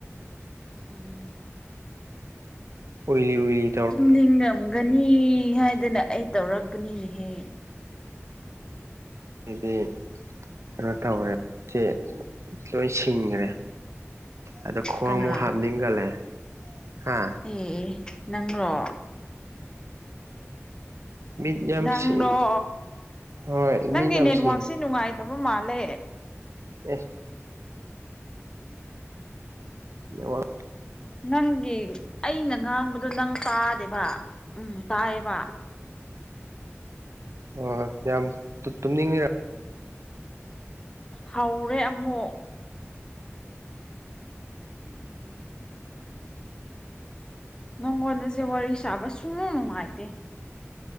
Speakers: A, on the left; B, on the right.
A: ꯎꯝ ꯎꯝ <unintelligible> <inaudible>
B: ꯑꯣꯏꯔꯤ ꯑꯣꯏꯔꯤ
A: ꯇꯨꯝꯅꯤꯡꯉꯝꯒꯅꯤ ꯍꯥꯏꯗꯅ ꯑꯩ ꯇꯧꯔꯛꯄꯅꯤꯍꯦ
B: ꯑꯗꯤ ꯀꯩꯅꯣ ꯇꯧꯔꯦ ꯁꯦ ꯂꯣꯏ ꯁꯤꯡꯒ꯭ꯔꯦ ꯑꯗ ꯈꯣꯡꯃꯨ
A: ꯀꯅꯥ
B: ꯍꯥꯝꯅꯤꯡꯒꯂꯦ ꯍꯥ
A: ꯑꯦ ꯅꯪꯔꯣ
B: ꯃꯤꯠ ꯌꯥꯝ
A: ꯅꯪꯔꯣ
B: ꯁꯤ ꯍꯣꯏ
A: ꯅꯪꯒꯤ
B: ꯃꯤ ꯌꯥꯝ
A: ꯅꯦꯠꯋꯥꯛꯁꯤ
B: ꯁꯤꯡ
A: ꯅꯨꯡꯉꯥꯏꯇꯕ ꯃꯥꯜꯂꯦ
B: ꯑꯦ ꯅꯦꯋꯥꯛ
A: ꯅꯪꯒꯤ ꯑꯩꯅ ꯉꯥꯡꯕꯗꯣ ꯅꯪ ꯇꯥꯗꯦꯕ ꯎꯝ ꯇꯥꯏꯌꯦꯕ
B: ꯍꯣꯏ ꯍꯣꯏ ꯌꯥꯝ ꯇꯨꯝꯅꯤꯡꯉꯤꯔ
A: ꯍꯧꯎꯔꯦ ꯑꯃꯨꯛ ꯎꯝ ꯅꯪꯉꯣꯟꯜꯗꯁꯦ ꯋꯥꯔꯤ ꯁꯥꯕ ꯁꯨꯡ ꯅꯨꯡ ꯅꯨꯉꯥꯏꯇꯦ